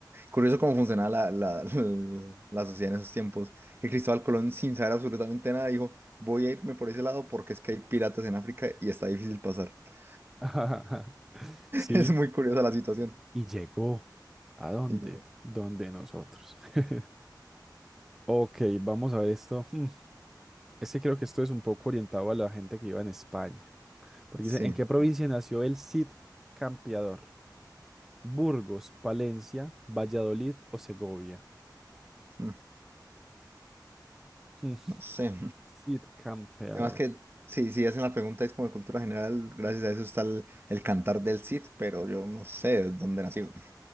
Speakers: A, on the right (about 30°); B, in the centre.
A: Curioso cómo funcionaba la, la, la la sociedad en esos tiempos. Que Cristóbal Colón, sin saber absolutamente nada, dijo: Voy a irme por ese lado porque es que hay piratas en África y está difícil pasar. <laughs>
B: <laughs> Sí,
A: Es muy curiosa la situación.
B: y llegó. ¿A dónde?
A: Y llegó.
B: Donde nosotros. <laughs> Ok, vamos a ver esto. Hmm, Es que creo que esto es un poco orientado a la gente que iba en España. Porque
A: Sí,
B: dice, ¿en qué provincia nació el Cid Campeador? Burgos, Palencia, Valladolid o Segovia.
A: Mm,
B: Hmm,
A: no sé.
B: Cid Campeador.
A: <laughs> Además que, sí, si hacen la pregunta, es como de cultura general. Gracias a eso está el, el cantar del Cid, pero yo no sé de dónde nació.